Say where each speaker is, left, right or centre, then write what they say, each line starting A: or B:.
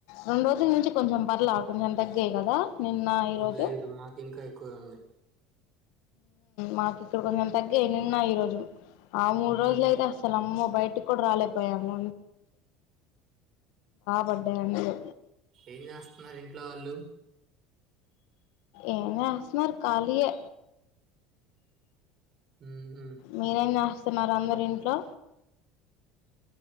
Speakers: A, on the left (about 75°); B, on the right (about 45°).
A: రెండు రోజుల నుంచి కొంచెం పర్లా కొంచెం తగ్గాయి కదా నిన్న ఈరోజు
B: లేదు మాకింకా ఎక్కువే ఉంది
A: మాకు ఇక్కడ కొంచెం తగ్గగా నిన్నా ఈ రోజు ఆ మూడు
B: మ్మ్
A: రోజలయితే అసలమ్మో బైట్ కూడా రాలే పోయాము పడ్డాయి అందులో
B: ఏం చేస్తున్నారు ఇంట్లో వాళ్ళు
A: ఏం జెస్తన్నరు కాళియే
B: మ్మ్
A: మీరేం స్తున్నారు అందరు ఇంట్లో